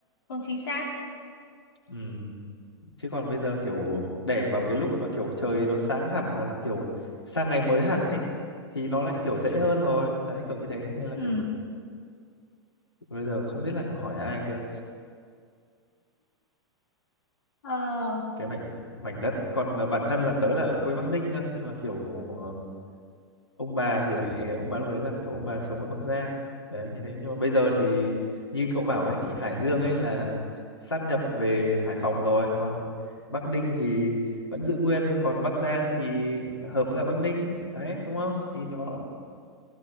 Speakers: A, on the left; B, on the left.
A: không chính xác
B: ừ. chứ còn bây giờ kiểu đẻ vào cái lúc mà kiểu trời nó sáng hẳn hoặc là kiểu sang ngày mới hẳn ấy thì nó lại kiểu dễ hơn rồi đấy kiểu như thế nên là
A: ừ
B: kiểu bây giờ không biết là kiểu hỏi ai cơ
A: ờ
B: cái mảnh mảnh đất còn ờ, bản thân là tớ là ở quê Bắc Ninh cơ nhưng mà kiểu ờ, ông bà thì lại ông bà lúc đấy là kiểu ông bà sống ở Bắc Giang đấy như thế nhưng mà bây giờ thì như cậu bảo ấy thì Hải Dương ấy là sát nhập về Hải Phòng rồi còn Bắc Ninh thì vẫn giữ nguyên còn Bắc Giang thì hợp với cả Bắc Ninh đấy đúng không thì nó